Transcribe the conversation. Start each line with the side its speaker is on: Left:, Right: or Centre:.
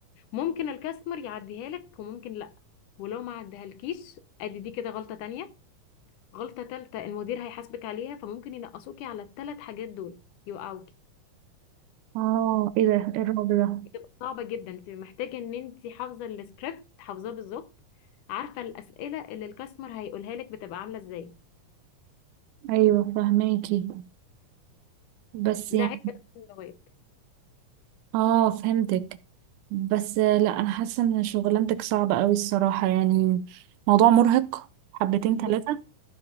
Left: ممكن الكاستمر يعديها لك وممكن لا ولو ما عدهالكيش ادي دي كده غلطه تانية غلطه تالتة المدير هيحاسبك عليها فممكن ينقصوكي على الثلاث حاجات دول يوقعوكي
Right: اه ايه ده إيه الرعب ده
Left: بتبقى صعبه جدا انت محتاجه ان انت حافظه السكريبت حافظاه بالظبط عارفه الاسئله اللي الكاستمر هيقولها لك بتبقى عامله ازاي
Right: ايوه فهماكي بس
Left: ده
Right: يعني
Left: عيب بس اللغات
Right: اه فهمتك بس آه، لا انا حاسه ان شغلانتك صعبه قوي الصراحه يعني موضوع مرهق حبتين
Left: ب-
Right: ثلاثه